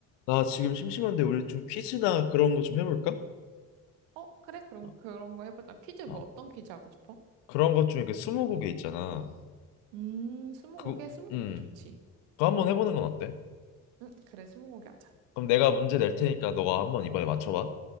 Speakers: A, on the left; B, on the right.
A: 나 지금 심심한데 우리 좀 퀴즈나 그런 거 좀 해볼까?
B: 어, 그래? 그럼
A: 어,
B: 그런 거 해보자. 퀴즈 뭐
A: 어.
B: 어떤 퀴즈 하고 싶어?
A: 그런 것 중에 그 스무고개 있잖아.
B: 음, 스무고개?
A: 그,
B: 스무고개
A: 음,
B: 좋지.
A: 그거 한번 해보는 건 어때?
B: 응, 그래, 스무고개 하자.
A: 그럼 내가 문제 낼 테니까 너가 한번 이번에 맞춰봐.